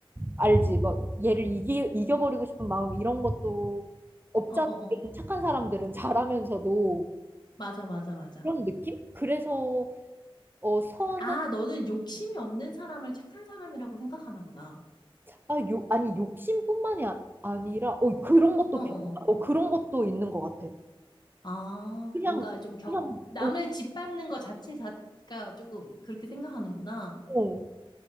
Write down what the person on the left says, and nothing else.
어, 어, 어.
맞아, 맞아, 맞아.
아, 너는 욕심이 없는 사람을 착한 사람이라고 생각하나 보다.
어어어.
아,
뭔가 좀 경,
남을
짓밟는 것 자체 가 조금 그렇게 생각하는구나.